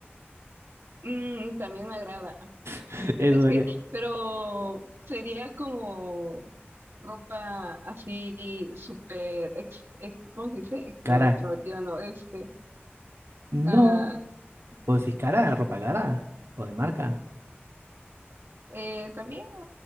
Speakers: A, on the right; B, on the right.
A: Mm, también me agrada.
B: <laughs> Eso
A: Es
B: haría.
A: que, pero sería como ropa así súper, ex, ex- ¿cómo se dice? Ex-
B: Cara,
A: no, extrovertida, no, este. ah,
B: no, o decís cara, ropa cara, o de marca.
A: eh, también.